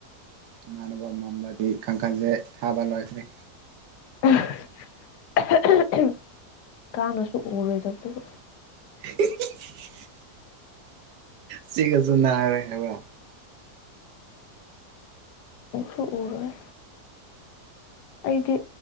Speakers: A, on the right; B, on the left.
A: ꯏꯃꯥꯟꯅꯕ ꯑꯃꯝꯕꯗꯤ ꯀꯥꯡꯈꯜꯁꯦ ꯊꯥꯕ ꯂꯣꯏꯈ꯭ꯔꯦ
B: <unintelligible> <inaudible> ꯀꯥꯡꯅꯁꯨ ꯎꯔꯣꯏꯗꯕꯗꯨꯕꯨ
A: <unintelligible> ꯆꯤꯛꯑꯁꯨ ꯅꯔꯦ ꯍꯥꯏꯕ
B: ꯎꯁꯨ ꯎꯔꯣꯏ ꯑꯩꯗꯤ